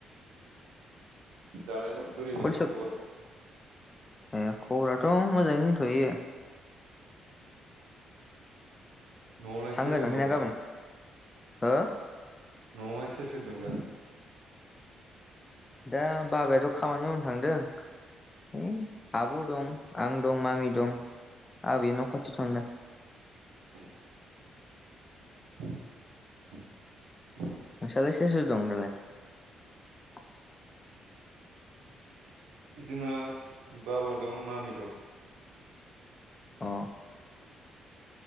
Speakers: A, on the right (about 85°); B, on the left (about 25°).
A: दालाय बोरै दं
B: कलसो
A: खबर
B: ए खबराथ' मोजाङै दथ'यो
A: न'आवलाय
B: थांगोन
A: सोर सोर
B: ओमफ्राय
A: दं
B: ना
A: दालाय?
B: गाबोन हो
A: न'आवहाय सोर सोर दं दा?
B: दा बाबायाथ' खामानि मावनो थांदों है आब' दं आं दं मामि दं आबै न' खाथि थांदों
A: औ <unintelligible>
B: नों सालाय सोर सोर दं दालाय? <inaudible>
A: जोंङो बाबा दं मामि दं
B: अ